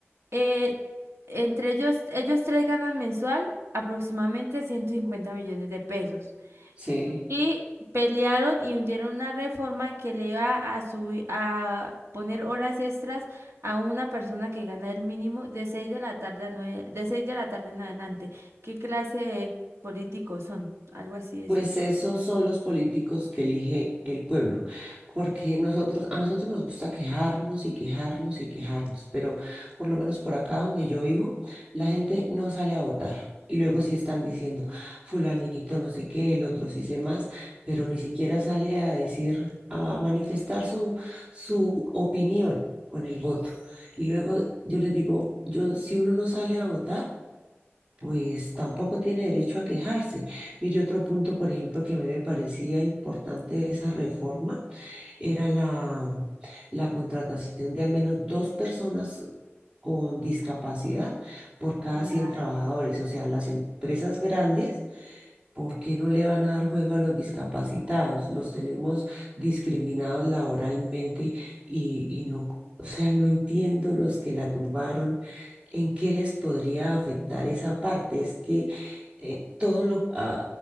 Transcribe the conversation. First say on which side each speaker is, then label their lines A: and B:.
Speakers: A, on the right; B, on the right.
A: eh, entre ellos, ellos tres ganan mensual aproximadamente 150 millones de pesos.
B: sí.
A: Y pelearon y hundieron una reforma que le iba a subir, a poner horas extras a una persona que gana el mínimo de 6 de la tarde a nueve- de 6 de la tarde en adelante. ¿Qué clase de políticos son? Algo así decía.
B: Pues esos son los políticos que elige el pueblo, porque nosotros, a nosotros nos gusta quejarnos y quejarnos y quejarnos, pero por lo menos por acá donde yo vivo, la gente no sale a votar. Y luego sí están diciendo, fulanito no sé qué, el otro sí sé más, pero ni siquiera sale a decir, a manifestar su, su opinión con el voto. Y luego yo les digo, yo, si uno no sale a votar, pues tampoco tiene derecho a quejarse. Mire, otro punto, por ejemplo, que a mí me parecía importante de esa reforma era la, la contratación de al menos dos personas con discapacidad por cada
A: Claro.
B: 100 trabajadores. O sea, las empresas grandes, ¿por qué no le van a dar juego a los discapacitados? Los tenemos discriminados laboralmente y, y no, o sea, no entiendo los que la tumbaron ¿En qué les podría afectar esa parte? Es que eh, todo lo, ah,